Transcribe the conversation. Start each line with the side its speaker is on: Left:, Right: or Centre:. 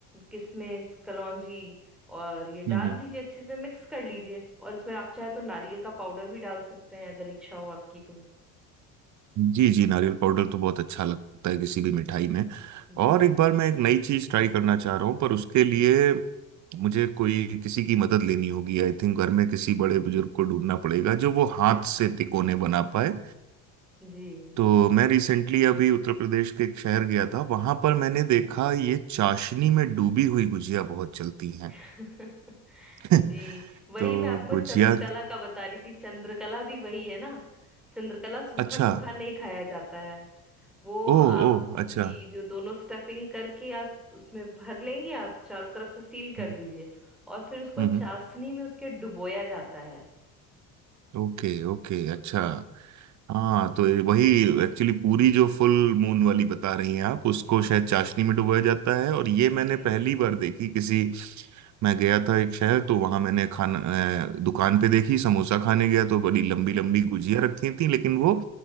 Centre: किशमिश कलौंजी और ये डाल
Right: हम्म, हम्म,
Centre: दीजिए अच्छे से मिक्स कर लीजिए और इसमें आप चाहे तो नारियल का पाउडर भी डाल सकते हैं अगर इच्छा हो आपकी तो
Right: जी जी नारियल पाउडर तो बहुत अच्छा लगता है किसी भी मिठाई में और
Centre: जी
Right: एक बार मैं एक नई चीज ट्राई करना चाह रहा हूँ पर उसके लिए मुझे कोई किसी की मदद लेनी होगी आई थिंक घर में किसी बड़े बुजुर्ग को ढूंढना पड़ेगा जो वो हाथ से तिकोने बना पाए
Centre: जी
Right: तो मैं रिसेंटली अभी उत्तर प्रदेश के एक शहर गया था वहां पर मैंने देखा ये चाशनी में डूबी हुई गुजिया बहुत चलती हैं
Centre: <laughs>
Right: <laughs>
Centre: जी वही
Right: तो
Centre: मैं आपको
Right: गुजिया
Centre: चंद्रकला का बता रही थी चंद्रकला भी वही है ना चंद्रकला सूखा
Right: अच्छा
Centre: सूखा नहीं खाया जाता है वो
Right: ओ
Centre: आप
Right: ओ
Centre: जी
Right: अच्छा
Centre: जो दोनों स्टफिंग करके आप उसमें भर लेंगे आप चारों तरफ से सील कर
Right: हम्म
Centre: दीजिए और फिर उसको
Right: हम्म,
Centre: चाशनी में उसके डुबोया जाता है
Right: ओके ओके अच्छा
Centre: जी
Right: हाँ तो ये वही एक्चुअली पूरी जो फुल मून वाली बता रही हैं आप उसको
Centre: जी
Right: शायद चाशनी में डुबाया जाता है और ये
Centre: जी
Right: मैंने पहली बार देखी किसी मैं गया था एक शहर तो वहां मैंने खाना अ, दुकान पे देखी समोसा खाने गया तो बड़ी लंबी
Centre: जी
Right: लंबी गुजिया रखी थी लेकिन वो